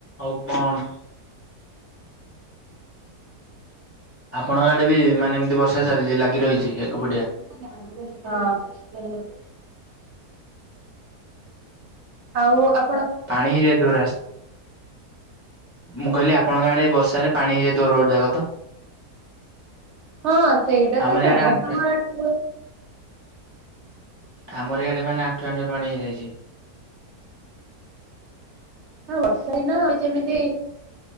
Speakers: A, on the left; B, on the right.
A: ଆଉ କଣ? ଆପଣଙ୍କ ଆଡେ ବି ମାନେ ଏମିତି ବର୍ଷା ଚାଲିଚି ଲାଗି ରହିଚି ଏକପଡିଆ।
B: ହଁ। ଆଉ ଆ
A: ପାଣି ହେଇଯାଇଥିବ ରାସ୍ ମୁଁ କହିଲି ଆପଣଙ୍କ ଆଡେ ବର୍ଷାରେ ପାଣି ହେଇଯାଇଥିବ ରୋଡ ଜାକ ତ?
B: ହଁ ସେଇଟା
A: ଆମର
B: ତ
A: ଇଆଡେ
B: ସମସ୍ତଙ୍କର
A: ଆଣ୍ଠୁଏ
B: ଆଡ଼େ ହୁଏ।
A: ଆମର ଇଆଡେ ମାନେ ଆଣ୍ଠୁଏ ଆଣ୍ଠୁଏ ପାଣି ହେଇଯାଇଚି।
B: ହଁ ବର୍ଷା ଦିନ ଆଉ ଯେମିତି